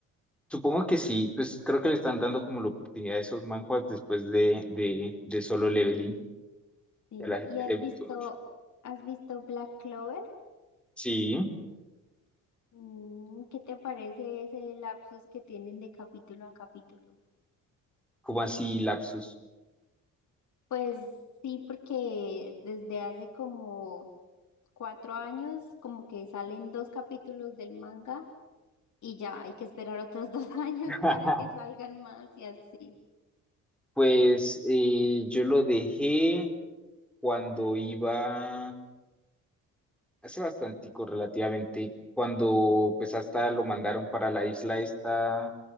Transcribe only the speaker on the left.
Sí,
¿y has
visto,
has visto Black Clover?
Mm, ¿qué te parece ese lapsus que tienen de capítulo a capítulo?
Pues sí, porque desde hace como cuatro años como que salen dos capítulos del manga y ya hay que esperar otros <laughs> dos años
para que salgan más y así.